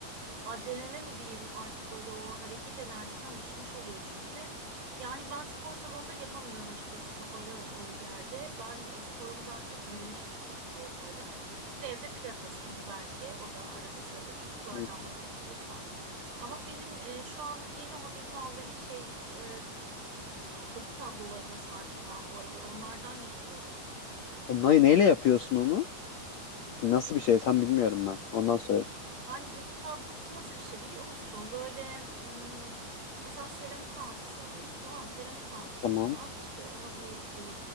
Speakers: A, on the right; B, on the left.
A: adrenale mi diyeyim artık böyle o hareket enerjisine alışmış oluyor çünkü. Yani ben spor salonunda yapamıyorum açıkçası kapalı e, yerde. Ben e, sporumu daha çok yürüyüş şeklinde yapıyorum. Bir de evde pilates hani belki o da arada sırada çocuklardan
B: Hmm.
A: vakit bulursam. Ama benim e, şu anlık yeni hobim vallahi şey e, doku tablolarına sardım ben bu aralar onlardan yapıyorum.
B: O ne- neyle yapıyorsun onu? Nasıl bir şey? Tam bilmiyorum ben. Ondan soruyorum.
A: Yani doku tablosu nasıl bir şey biliyor musun? Böyle hmm, mesela seramik alçısı alıyorsun tamam mı? Seramik alçısından
B: Tamam.
A: işte ona bir e,